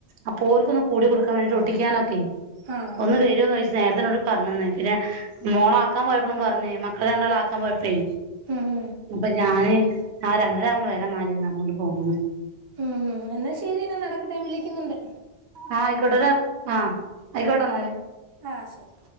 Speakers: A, on the right; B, on the right.
A: അപ്പൊ ഓർക്കൊന്ന് കൂടി കൊടുക്കാൻ വേണ്ടിട്ട് കുട്ടിക്കാനൊക്കെ
B: ആഹ് ആഹ് ആഹ്
A: ഒന്ന് വരുമോന്ന് ചോദിച്ചു നേരത്തെ പറഞ്ഞന്ന് പിന്നെ മോള ആക്കാൻ പോയപ്പോഴും പറഞ്ഞേ മക്കള രണ്ടാള ആക്കാൻ പോയപ്പെ
B: ഉം
A: അപ്പൊ ഞാന് ആ രണ്ടര ആകുമ്പോ വരന്നാല് ന്നർഞ് പോന്ന്ണ്
B: ഉം ഉം എന്നാ ശരി എന്നാ നടക്കട്ടെ ഞാൻ വിളിക്കുന്നുണ്ട്
A: ആഹ് ആയിക്കോട്ടതാ ആഹ് ആയിക്കോട്ടെ മാല്
B: ആഹ് ശരി